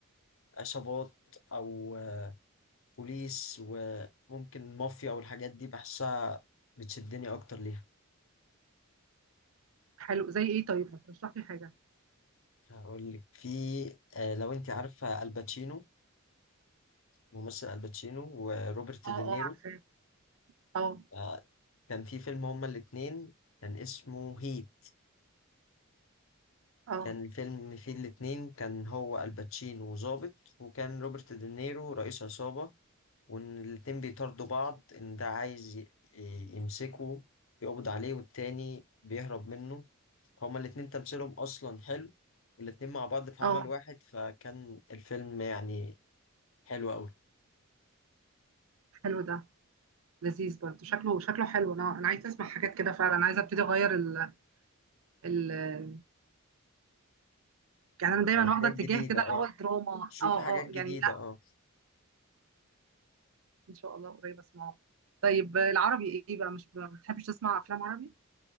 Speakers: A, on the left (about 65°); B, on the right (about 70°).
A: عصابات او بوليس وممكن مافيا والحاجات دي بحسها بتشدني اكتر ليها
B: حلو زي ايه طيب ما ترشح لي حاجه
A: هقول لك في آه، لو انت عارفه الباتشينو ممثل الباتشينو وروبرت
B: اه
A: دينيرو
B: اه عارفاه اه
A: آه، كان في فيلم هما الاتنين كان اسمه هيت
B: اه
A: كان الفيلم فيه الاتنين كان هو الباتشينو ظابط وكان روبرت دينيرو رئيس عصابة وإن الاتنين بيطاردوا بعض إن ده عايز ي- ي- يمسكه يقبض عليه والتاني بيهرب منه هما الاتنين تمثيلهم أصلا حلو والاتنين مع بعض في
B: اه
A: عمل واحد فكان الفيلم يعني حلو أوي
B: حلو ده لذيذ برضو شكله شكله حلو انا انا عايزه اسمع حاجات كده فعلا عايزه ابتدي اغير ال ال يعني انا دايما
A: يعني حاجات
B: واخده اتجاه
A: جديدة
B: كده
A: اه
B: اللي هو الدراما
A: شوفي
B: اه
A: حاجات
B: اه
A: جديدة
B: يعني
A: اه
B: ان شاء الله قريب اسمعه طيب العربي ايه بقى مش ب- ما بتحبش تسمع افلام عربي